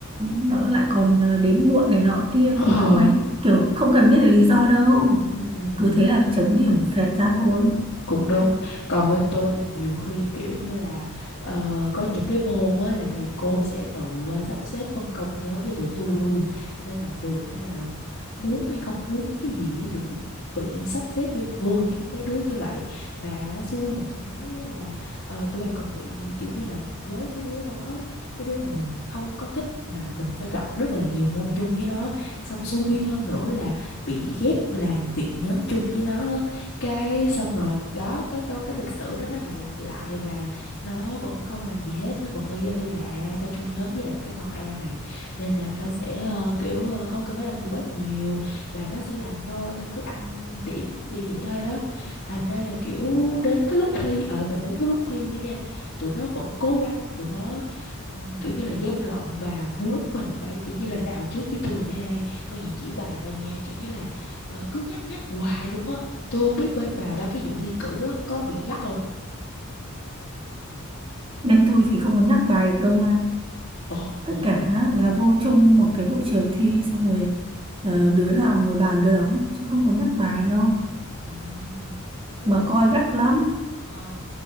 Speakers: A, on the right; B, on the left.
A: nó
B: Ừ.
A: lại còn ờ, đến muộn này nọ kia
B: Ờ.
A: thì không ai kiểu không cần biết được lý do đâu
B: Ừ, ừ, ừ.
A: cứ thế là chấm điểm phẹt ra thôi
B: cũng đúng còn bên tôi là nhiều khi kiểu như là ờ, có những cái môn á là thầy cô sẽ tự ờ, sắp xếp phân công nhóm cho tụi tôi luôn nên là được hay là muốn hay không muốn cái gì á thì cũng bị sắp xếp vô vô những cái đứa như vậy mà xui một cái á là ờ, tôi còn bị kiểu như là với cái đứa đó cái đứa mà mình không có thích mà mình phải gặp rất là nhiều môn chung với nó xong xui hơn nữa là bị ghép làm việc nhóm chung với nó á cái xong rồi đó cái câu cái lịch sử đó nó lại lặp lại và nó vẫn không làm gì hết nó vẫn y y là à, tao chung nhóm với lại cái con A này nên là tao sẽ ờ, kiểu ờ, không cần phải làm gì quá nhiều và nó sẽ làm thôi tao cứ ăn điểm như vậy thôi đó thành ra là kiểu đến cái lúc thi ờ mà đến cái lúc thi nữa nha tụi nó vẫn cố gắng tụi nó ừm, kiểu như là gian lận và muốn mình phải kiểu như là rào trước với tôi là ê coi gì chỉ bài tao nha kiểu như là ờ, cứ nhắc nhắc hoài luôn á Tôi không biết bên bà ba cái vụ thi cử á, có bị gắt không?
A: nên tôi thì không có nhắc bài được đâu nha
B: Ồ,
A: tất
B: ồ.
A: cả là vô chung một cái hội trường thi xong rồi ờ, đứa nào ngồi bàn đứa đó chứ không có nhắc bài đâu
B: Ừ. Ờ,
A: mà
B: tính
A: coi
B: ra
A: gắt lắm
B: ờ